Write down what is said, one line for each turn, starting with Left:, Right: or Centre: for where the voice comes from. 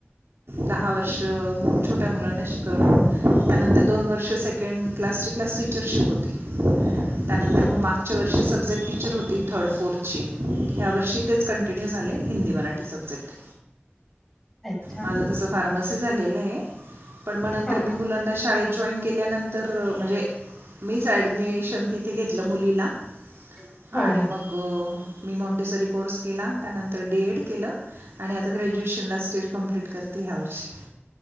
Right: दहा वर्ष मोट छोट्या मुलांना शिकवलं त्यानंतर दोन वर्ष सेकंड क्लासचे क्लास टीचरशिप होती. त्यानंतर म मागच्या वर्षी सब्जेक्ट टीचर होती थर्ड फोर्थची. ह्या वर्षी तेच कंटिन्यू झाले हिंदी, मराठी सब्जेक्ट.
Centre: अच्छा
Right: माझं तसं फार्मसी झालेलं आहे. पण नंतर
Centre: हो
Right: मी मुलांना शाळेत जॉइन केल्यानंतर म्हणजे मीच ऍडमिशन तिथे घेतलं मुलीला.
Centre: हो
Right: आणि
Centre: हो
Right: मग ग मी मॉन्टेसरी कोर्स केला त्यानंतर डी एड केलं आणि आता ग्रॅज्युएशनला तर कंप्लीट करते ह्या वर्षी.